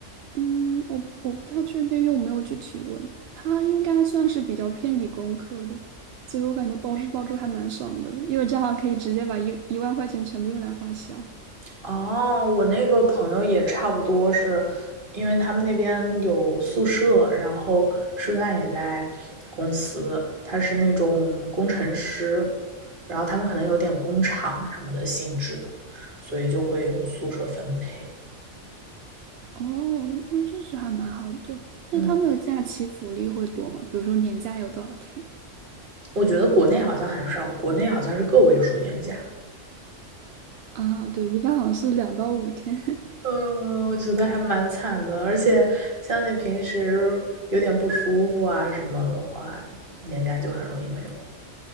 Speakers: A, on the right; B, on the right.
A: 嗯，我我不太确定，因为我没有具体问。他应该算是比较偏理工科的，所以我感觉包吃包住还蛮爽的，因为这样可以直接把一一万块钱全部用来花销。
B: 哦，我那个朋友也差不多是，因为他们那边有宿舍，然后吃饭也在公司，他是那种工程师，然后他们可能有点工厂什么的性质的，所以就会有宿舍分配。
A: 哦，那确实还蛮好的。那他们的假期福利会多吗？
B: 嗯，
A: 比如说年假有多少天呀？
B: 我觉得国内好像很少，国内好像是个位数年假。
A: 啊，对，一般好像是两到五天。
B: 嗯，我觉得还蛮惨的，而且像你平时有点不舒服啊什么的话，年假就很容易没有。